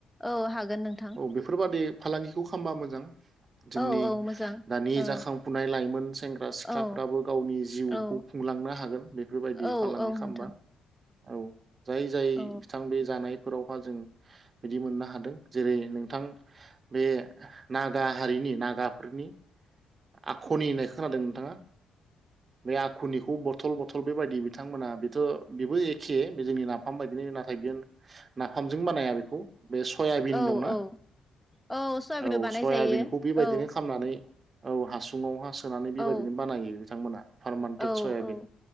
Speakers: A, in the centre; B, on the right.
A: औ हागोन नोंथां
B: औ बेफोरबादि फालांगि खौ खामबा मोजां। जोंनि
A: औ औ मोजां
B: दानि
A: औ
B: जाखांफुनाय लाइमोन सेंग्रा सिख्लाफ्राबो
A: औ
B: गावनि जिउखौ
A: औ
B: खुंलांनो हागोन बेफोरबायदि
A: औ
B: फालांगि
A: औ
B: खालामबा
A: नोंथां
B: औ जाय जाय
A: औ
B: बिथां बे जानाय। फोराव हा जों बिदि मोननो हादों जेरै नोंथां बे ना गा हारिनि नागाफोरनि आखनि होननाय खोनादों नोंथाङा? बे आखुनिखौ बथल बथल बेबायदि बिथांमोना बेथ' बेबो एखे बे जोंनि नाफाम बायदिनो नाथाय बेयो नाफामजों बानाया बेखौ। बे सयाबिन
A: औ
B: दंना
A: औ औ सयाबिनबो
B: औ
A: बानाय
B: सयाबिनखौ
A: जायो
B: बेबायदिनो
A: औ
B: खालामनानै। औ हासुङाव हा सोनानै बेबायदिनो
A: औ
B: बानायो। बिथांमोना। फारमान्टेट
A: औ
B: सयाबिन
A: औ